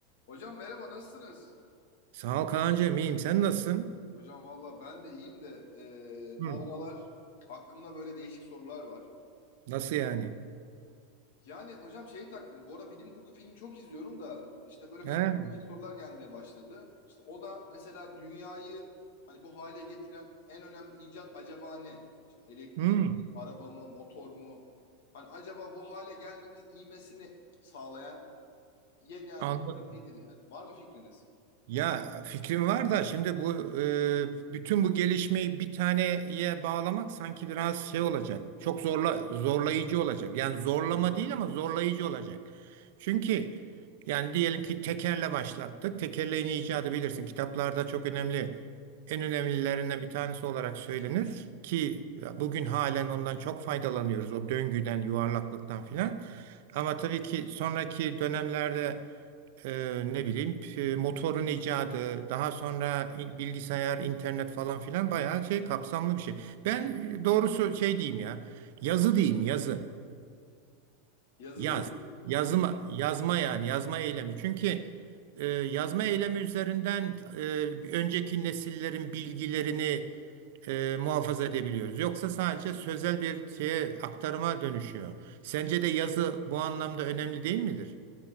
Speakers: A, on the left; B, on the right.
A: Hocam merhaba nasılsınız?
B: Sağ ol Kaan'cığım iyiyim. Sen nasılsın?
A: Hocam valla ben de iyiyim de e,
B: Hı.
A: bu aralar aklımda böyle değişik sorular var.
B: Nasıl yani?
A: Yani hocam şey taktım bu ara bilim kurgu filmi çok izliyorum da işte böyle
B: He?
A: kafama değişik sorular gelmeye başladı. İşte o da mesela dünyayı hani bu hale getiren en önemli icat acaba ne? İşte elektrik,
B: Hı.
A: araba mı, motor mu? Hani acaba bu hale gelmemiz ivmesini sağlayan yegane
B: Anladım.
A: icat nedir yani? Var mı fikriniz?
B: Ya fikrim var da şimdi bu e, bütün bu gelişmeyi bir taneye bağlamak sanki biraz şey olacak. Çok zorla zorlayıcı olacak. Yani zorlama değil ama zorlayıcı olacak. Çünkü yani diyelim ki tekerle başlattık. Tekerleğin icadı bilirsin. Kitaplarda çok önemli en önemlilerinden bir tanesi olarak söylenir ki bugün halen ondan çok faydalanıyoruz. O döngüden, yuvarlaklıktan filan. Ama tabii ki sonraki dönemlerde e, ne bileyim p- motorun icadı, daha sonra bilgisayar, internet falan filan bayağı şey kapsamlı bir şey. Ben e, doğrusu şey diyeyim ya. Yazı diyeyim, yazı.
A: Yazılıyor.
B: Yaz. Yazma, yazma yani yazma eylemi. Çünkü e, yazma eylemi üzerinden e, önceki nesillerin bilgilerini e, muhafaza edebiliyoruz. Yoksa sadece sözel bir şeye aktarıma dönüşüyor. Sence de yazı bu anlamda önemli değil midir?